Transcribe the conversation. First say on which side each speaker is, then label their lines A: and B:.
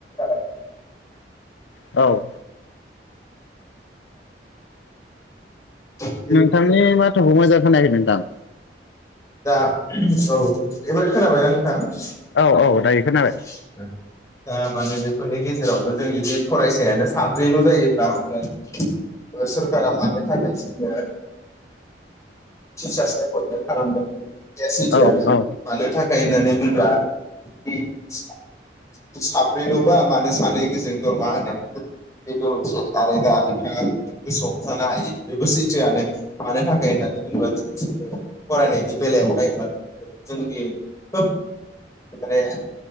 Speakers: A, on the left; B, on the left.
A: <unintelligible>
B: औ।
A: <unintelligible>
B: नोंथांनि माथोखौ मोजां खोनायाखै नोंथां।
A: दा औ एबार खोनाबायना नोंथां?
B: औ औ दायो खोनाबाय
A: <unintelligible> दा माने बेफोरनि गेजेरावबो जों जुदि फरायसायानो साब्रैल' जायोब्ला <unintelligible> सोरखारा मानि थाखाय जोंनो टिर्चास एप्यनमेन्त खालामदों। बे सैथोआनो
B: औ औ
A: मानो थाखाय होननानै बुंङोब्ला बिदि <unintelligible> सााब्रैल'बा मानो सानै गोजों दरमा होननानै बेबो मोनसे आरो दा नोंथाङा गोसोआव जानो हायो बेबो सैथोआनो। मानो थाखाय होननानै बुंबा दिनै जोङो फरायनायनि बेलायावहाय बा जोंनि खोब माने